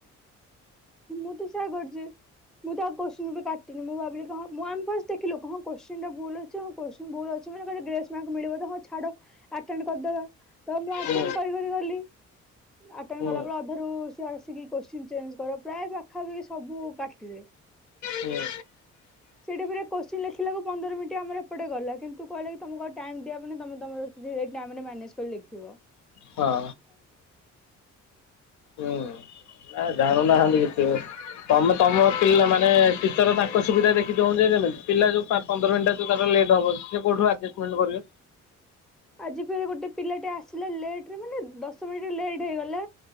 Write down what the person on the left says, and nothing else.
ହୁଁ।
ହୁଁ
ହୁଁ
ହଁ ହୁଁ ନା ଜାଣୁନାହାନ୍ତି କିଛି ବି। ତମେ ତମ ପିଲା ମାନେ ଟିଚର ତାଙ୍କ ସୁବିଧା ଦେଖି ଦଉ <unintelligible> ପିଲା ଯୋଉ ପା ପନ୍ଦର ମିନଟ୍ ହେ ତାର ଲେଟ୍ବ ସେଉଠ ଆଜଷ୍ଟମେଣ୍ଟ କରିବ